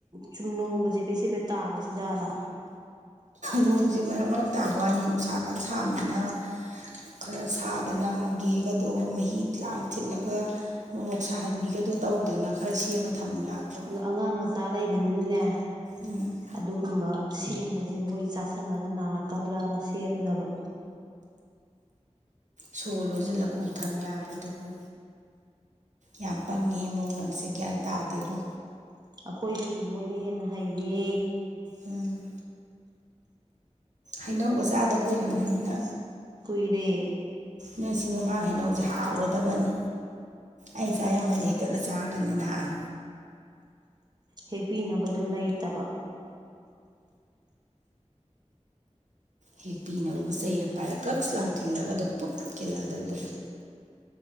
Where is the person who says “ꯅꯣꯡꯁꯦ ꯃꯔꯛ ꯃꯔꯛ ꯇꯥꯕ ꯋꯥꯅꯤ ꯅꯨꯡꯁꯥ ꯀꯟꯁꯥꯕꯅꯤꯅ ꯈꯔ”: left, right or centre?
Right